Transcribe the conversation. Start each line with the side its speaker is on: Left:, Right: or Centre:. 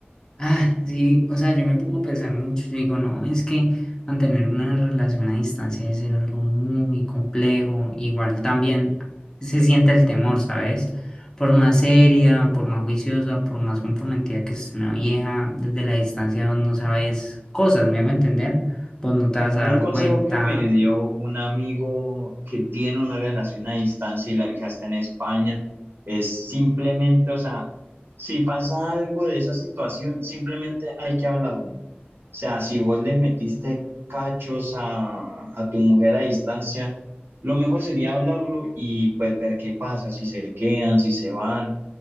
Left: Ah, sí, o sea, yo me pongo a pensar mucho, yo digo, no, es que mantener una relación a distancia es algo muy complejo, igual también se siente el temor, ¿sabes? Por más seria, por más juiciosa, por más comprometida que esté una vieja, desde la distancia vos no sabes cosas, me hago entender, vos no te vas a
Right: Un
Left: dar
Right: consejo
Left: cuenta,
Right: que me dio un amigo que tiene una relación a distancia y la hija está en España es simplemente, o sea, si pasa algo de esa situación, simplemente hay que hablarlo. O sea, si vos le metiste cachos a, a tu mujer a distancia, lo mejor sería hablarlo y pues ver qué pasa, si se quedan, si se van.